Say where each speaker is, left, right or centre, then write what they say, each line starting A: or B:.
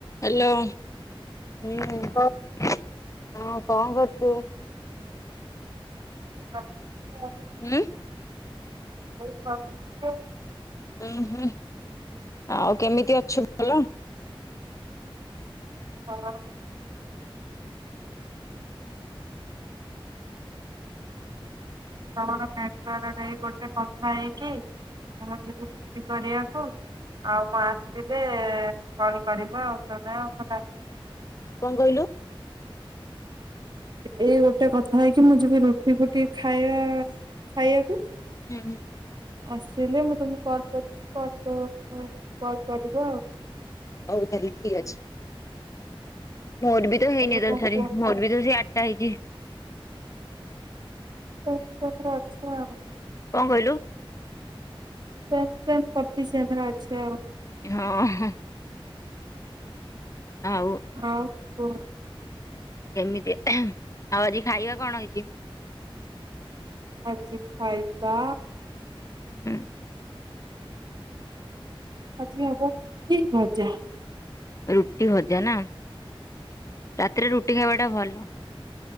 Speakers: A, on the left; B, on the right.
A: Hello ହଁ ହଁ କଣ କରୁଛୁ?
B: ଆ <unintelligible>
A: ହୁଁ।
B: ବହୁ <inaudible> ବଛି
A: ଉୁଁ ହୁଁ ଆଉ କେମିତି ଅଛୁ ଭଲ?
B: ହଁ। ତମର <unintelligible> ଗୋଟେ କଥା ହେଇକି ତମର ଯତି ଭୋଜି କରିବାକୁ ଆଉ ମୁଁ ଆସିଲେ କଲ୍ କରିବ ଆଉ <unintelligible>
A: କଣ କହିଲ?
B: ଏ ଗୋଟେ କଥା ହେଇକି ମୁଁ ଯିବି ରୁଟି ଫୁଟି ଖାଇବା ଖାଇବାକୁ।
A: ହୁଁ ହୁଁ।
B: ଆସିଲେ ମୁଁ ତମକୁ କଲ୍ କରିବି କଲ୍ ତ ତମେ କଲ୍ କରିବ ଆଉ।
A: ହଉ ତାହେଲେ ଠିକ୍ ଅଛି। ମୋର ବି ତ ହେଇନି
B: ଏବେ
A: <unintelligible>
B: କଣ କୁହ
A: ମୋର ବି ତ ସେଇ ଆ ଟା ହେଇଚି।
B: <unintelligible>
A: କଣ କହିଲୁ?
B: ସେମ୍ ସେମ୍ <unintelligible> ଅଛେ ଆଉ।
A: ହଁ ହଁ। ଆଉ
B: ଆଉ। <unintelligible>
A: କେମିତି, ଆଉ ଆଜି ଖାଇବା କଣ ହେଇଚି?
B: ଆଜି ଖାଇବା
A: <unintelligible>
B: ଆଜି ହବ <unintelligible> ଭଜା।
A: ରୁଟି ଭଜା ନାମ ରାତିରେ ରୁଟି ଖାଇବା ଟା ଭଲ।